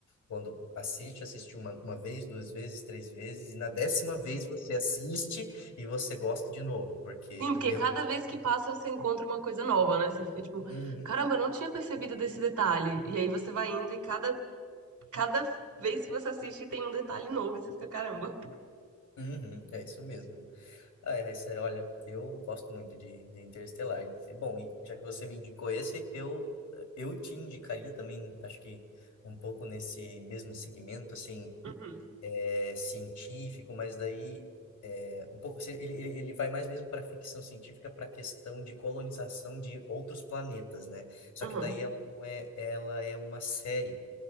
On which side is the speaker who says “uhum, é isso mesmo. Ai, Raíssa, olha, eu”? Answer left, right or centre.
Left